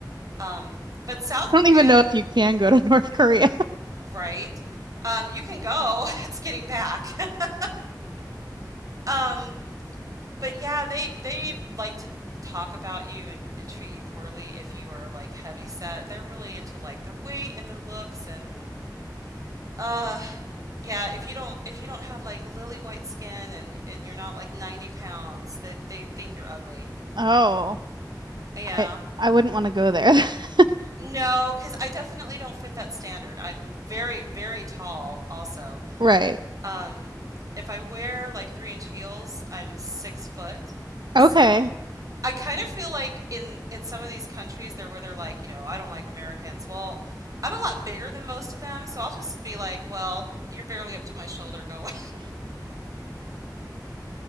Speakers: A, on the right; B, on the right.
A: Um, but South
B: don't
A: Korea,
B: even know if you can go to North Korea.
A: right? Um, you can go. <laughs> It's getting back. <laughs> Um, but yeah, they they like to talk about you and, and treat you poorly if you are like heavy set. They're really into like their weight and their looks and uh yeah, if you don't if you don't have like lily white skin and and you're not like 90 pounds, that they, they think you're ugly.
B: Oh,
A: Yeah.
B: I I wouldn't want to go there. <laughs>
A: No, because I definitely don't fit that standard. I'm very, very tall also.
B: Right.
A: Um, if I wear like three inch heels, I'm six foot.
B: Okay.
A: So I kind of feel like in in some of these countries they're where they're like, you know, I don't like Americans. Well, I'm a lot bigger than most of them, so I'll just be like, well, you're barely up to my shoulder. Go away.